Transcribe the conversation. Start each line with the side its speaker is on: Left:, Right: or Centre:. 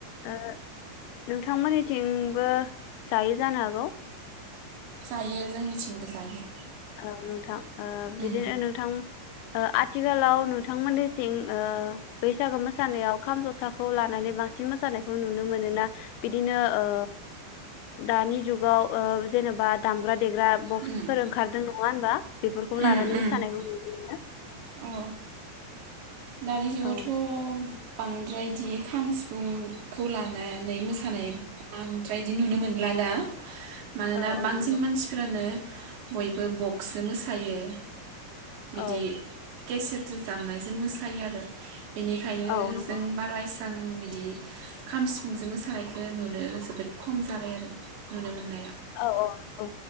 Left: ओ नोंथांमोननिथिंबो जायो जानो हागौ
Right: जायो जोंनिथिंबो जायो
Left: ओ नोंथां ओ
Right: उम
Left: बिदिनो नोंथां ओ आथिखालाव नोंथांमोननिथिं बैसागो मोसानायाव खाम जथाखौ लानानै बांसिन मोसानायखौ नुनो मोनोना बिदिनो ओ दानि जुगाव ओ जेनेबा दामग्रा देग्रा बकस
Right: उम
Left: फोर ओंखारदों नङा होनबा बेफोरखौ
Right: उम
Left: लानानै
Right: उम
Left: मोसानायखौ नुनो मोनो
Right: अ दानि जुगावथ'
Left: औ
Right: बांद्रायदि खाम सिफुंखौ लानानै मोस खानाय बांद्राय इदि नुनो मोनला दा। <inaudible> मानोना
Left: औ औ
Right: बांसिन
Left: नंगौ
Right: मानसिफोरानो बयबो बक्सो मोसायो बिदि
Left: औ
Right: केसेट जु जामनायजों मोस थायो आरो बेनिखायनो
Left: औ नंगौ
Right: जों बाराइसां बिदि बिदि खाम सिफुंजों मोसानायखौ नुनो जोबोद खम जाबाय आरो नुनो मोननाय
Left: औ औ औ